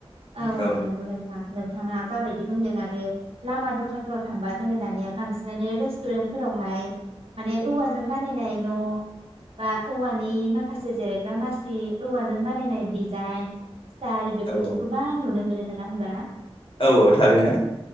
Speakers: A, on the right; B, on the left.
A: औ-औ
B: औ
A: नंगौ नोंथां नोंथाङा जाबायदि बुंदों आरो लामा दथाफोराव थांबा जोङो दानिया बांसिनानो रेस्टुरेन्टफोरावहाय माने औवाजों बानायनाय न' बा औवानि माखासे जिरायग्रा मासि औवाजों बानायनाय दाइ स्टाइल बेफोरखौ
B: औ
A: गोबां नुनो मोनो नङा होम्बा
B: औ औ थारैनो